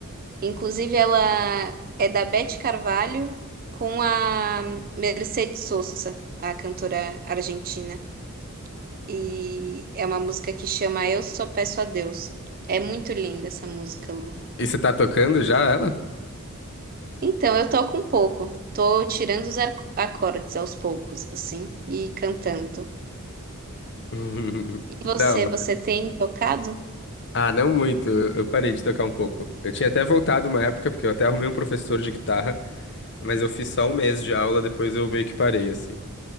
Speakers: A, on the right (about 40°); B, on the left (about 55°).
A: Inclusive, ela é da Beth Carvalho com a Mercedes Sosa, a cantora argentina. E é uma música que chama Eu Só Peço a Deus. É muito linda essa música, Lu.
B: E você tá tocando já ela?
A: Então, eu toco um pouco. Tô tirando os arco- acordes aos poucos, assim, e cantando.
B: <laughs>
A: E
B: Que
A: você,
B: da hora.
A: você tem tocado?
B: Ah, não muito. Eu eu parei de tocar um pouco. Eu tinha até voltado uma época, porque eu até arrumei um professor de guitarra, mas eu fiz só um mês de aula, depois eu meio que parei, assim.